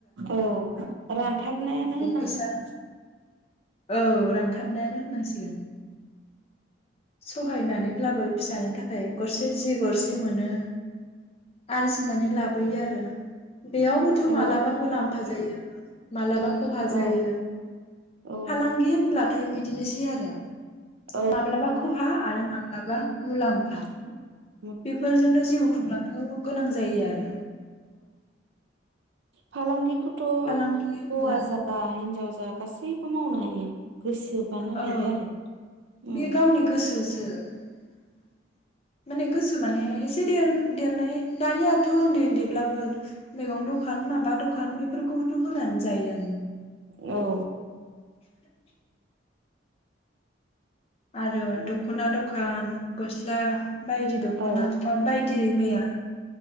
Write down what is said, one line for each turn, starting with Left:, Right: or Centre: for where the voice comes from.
Right: औ रानथाबनायानो होननांसिगोन
Left: फैसा औ रानथाबनायानो होननांसिगोन सहायनानैब्लाबो फिसानि थाखाय गरसे जि गरसे मोनो आरजिनानै लाबोयो आरो बेयावबोथ'
Right: औ
Left: मालाबा मुलाम्फा जायो मालाबा खहा जायो
Right: औ औ
Left: फालांगि होनब्लाथाय बिदिनोसै आरो
Right: औ
Left: माब्लाबा खहा आरो माब्लाबा मुलाम्फा
Right: उ <inaudible>
Left: बेफोरजोंनो जिउ खुंलांनो गोनां जायो आरो
Right: फालांगि थ'
Left: फालांगि होनब्ला
Right: हौवा जा हिन्जाव जा गासैबो मावनो हायो गोसोबानो हायो
Left: औ
Right: आरो उम
Left: बे गावनि गोसोसो <inaudible> माने गोसो माने एसे देर- देरनाय दानियाथ' ओन्दै ओन्दैब्लाबो मेगं दखा न माबा दखान बेफोरखौथ' होनानै जायो <inaudible>
Right: औ
Left: आरो दख'ना दखान गस्ला बायदि दख'ना
Right: औ
Left: बा बाय दि मैया